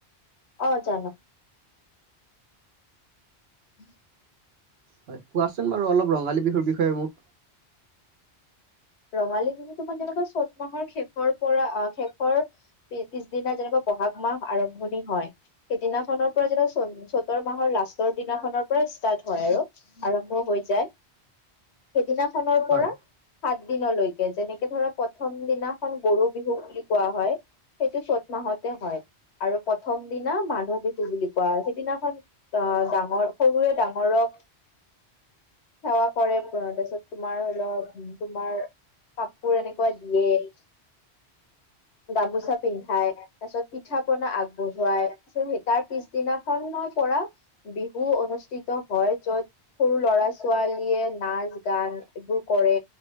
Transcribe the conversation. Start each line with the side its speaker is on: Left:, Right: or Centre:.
Left: অ জানো হম
Right: হয় কোৱাচোন বাৰু অলপ ৰঙালী বিহুৰ বিষয়ে মোক
Left: ৰঙালী বিহু তোমাৰ যেনেকুৱা চ'ত মাহৰ শেষৰ পৰা আহ শেষৰ পিছদিনা যেনেকুৱা বহাগ মাহ আৰম্ভণি হয় সেইদিনাখনৰ পৰা যেনে চতৰ মাহৰ লাষ্টৰ দিনাখনৰ পৰা ষ্টাৰ্ট হয় আৰু আৰম্ভ হৈ যায় সেইদিনা সৰ পৰা
Right: হয়
Left: স দিনলৈকে যেনেকে ধৰাক প্ৰথম দিনাখন গৰু বিহু বুলি কোৱা হয় সেইটো চ'ত মাহতে হয় আৰু প্ৰথম দিনা মানুহ বিহু বুলি কোৱা হয় সেইদিনাখন আহ ডাঙৰ সৰুৱৰে ডাঙৰক সেৱা কৰে তাৰ পিছত তোমাৰ অল তোমাৰ কাপোৰ এনেকুৱা দিয়ে গামোচা পিন্ধাই তাৰ পিছত পিঠা পনা আগবঢ়ুৱাই তাৰত স তাৰ পিছদিনাখনৰ পৰা বিহু অনুষ্ঠিত হয় যত সৰু লৰা ছোৱালীয়ে নাচ গান এইবোৰ কৰে